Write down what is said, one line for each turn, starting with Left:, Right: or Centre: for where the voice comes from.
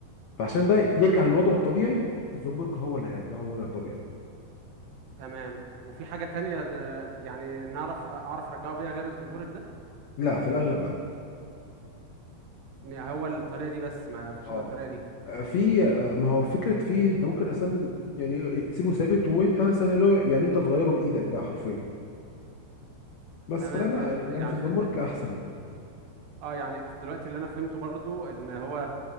Left: فعشان بقى يرجع
Right: تمام
Left: للوضع الطبيعي الزنبرك هو اللي هيرجعه للوضع الطبيعي
Right: تمام وفي حاجه تانية آه، يعني نعرف آه، اعرف ارجعه بيها غير الزنبرك ده
Left: لا في الاغلب لا
Right: إن هو الطريقه دي بس ما فيش
Left: اه
Right: الا الطريقه دي
Left: في ما هو فكره في انت ممكن اصلا يعني تسيبه ثابت وانت مثلا اللي هو يعني انت تغيره بايدك بقى حرفيا بس
Right: تمام
Left: فلا
Right: ماشي ال-
Left: يعني
Right: يعني
Left: في الزنبرك احسن يعني
Right: اه يعني دلوقتي اللي انا فهمته برضو ان هو